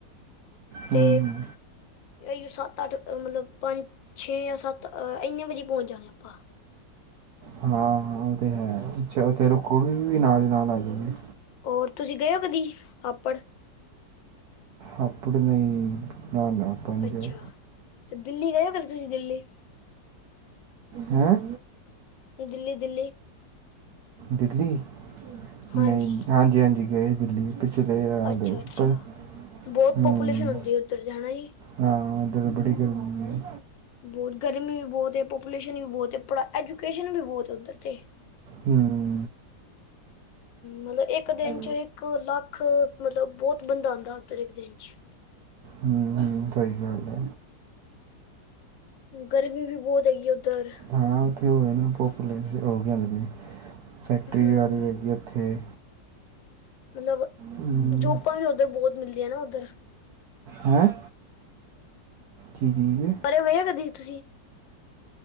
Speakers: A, on the left; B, on the right.
A: ਅਤੇ
B: ਹੂੰ
A: ਇਹੀ ਸੱਤ ਅੱਠ ਮਤਲਬ ਪੰਜ ਛੇ ਜਾਂ ਸੱਤ ਇੰਨੇ ਆ ਵਜੇ ਪਹੁੰਚ ਜਾਣਾ ਆਪਾਂ।
B: ਹਾਂ ਹਾਂ ਉਹ ਤੇ ਹੈ, ਤੇ ਰੁਕੋਗੇ ਵੀ ਨਾਲ-ਨਾਲ ਆ ਜੋਗੇ?
A: ਹੋਰ ਤੁਸੀ ਗਏ ਔ ਕਦੀ ਹਾਪੜ?
B: ਹਾਪੜ ਨਈ ਨਾ ਨਾ। ਆਪਾਂ ਨਹੀਂ
A: ਅੱਛਾ।
B: ਗਏ
A: ਤੇ ਦਿੱਲੀ ਗਏ ਹੋ ਕਦੇ ਤੁਸੀ ਦਿੱਲੀ?
B: ਹੈਂ?
A: ਦਿੱਲੀ-ਦਿੱਲੀ।
B: ਦਿੱਲੀ? ਨਈ
A: ਹਾਂਜੀ
B: ਹਾਂਜੀ-ਹਾਂਜੀ ਗਏ ਦਿੱਲੀ। ਪਿਛੇ ਗੇਆ
A: ਅੱਛਾ
B: ਗਏ ਸੀ।
A: ਅੱਛਾ
B: <unintelligible>
A: ਬਹੁਤ
B: ਹੂਮਮ।
A: ਪਾਪੂਲੇਸ਼ਨ ਹੁੰਦੀ ਹੈ ਉੱਧਰ ਤੇ ਹਨਾ ਜੀ
B: ਹਾਂ ਓਧਰ ਤੇ ਬੜੀ ਗਰਮੀ ਏ।
A: ਬੋਤ ਗਰਮੀ ਵੀ ਬੋਤ ਏ, ਪੋਪੂਲੇਸ਼ਨ ਵੀ ਬੋਤ ਏ ਪੜਾ ਐਜੂਕੇਸ਼ਨ ਵੀ ਬੋਤ ਏ ਓਧਰ ਤੇ।
B: ਹੂੰ।
A: ਮਤਲਬ ਏਕ ਦਿਨ
B: ਹੂੰ
A: ਚ ਇੱਕ ਲੱਖ, ਮਤਲਬ ਬੋਤ ਬੰਦਾ ਆਂਦਾ ਓਧਰ ਏਕ ਦਿਨ ਚ।
B: ਹਮਮ, ਸਹੀ ਗੱਲ ਐ।
A: ਗਰਮੀ ਵੀ ਬੋਤ ਹੈਗੀ ਐ ਉੱਧਰ।
B: ਹਾਂ ਓਥੇ ਓ ਏ ਨਾ ਪਾੋਪੂਲੇਸ਼ ਓ ਕੀ ਕਹਂਦੇ ਨੇ ਫੈਕਟਰੀ
A: ਹਮ
B: ਵਾਰੀ ਹੈਗੀ ਓਥੇ।
A: ਮਤਲਬ
B: ਹਮ
A: ਜੋਪਾਂ ਵੀ ਓਧਰ ਬੋਤ ਮਿਲਦੀਆਂ ਨਾ ਓਧਰ।
B: ਹੈਂ? ਕੀ ਚੀਜ਼?
A: ਏ ਗਏ ਓ ਕਦੀ ਤੁਸੀ?